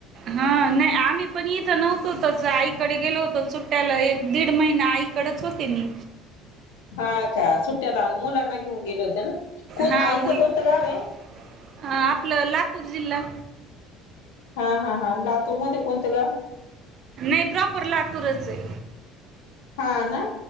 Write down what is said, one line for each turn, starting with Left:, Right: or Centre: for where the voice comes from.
Right: हा नाइ आम्ही पण येत इथं नव्हतो तच आईकडे गेलो हो सुट्ट्याला एक दीड महिना आईकडच होते मी.
Left: हा का सूट्याला मुलानां घेऊन गेल्या होत्या ना. कोण
Right: हा
Left: आईचं
Right: मुल
Left: कोणतं
Right: अ
Left: गाव आहे
Right: आपलं लातूर जिल्हा
Left: हा हा हा लातूर मध्ये कोणतं गाव?
Right: नाही प्रॉपर लातूरच आहे.
Left: हा ना.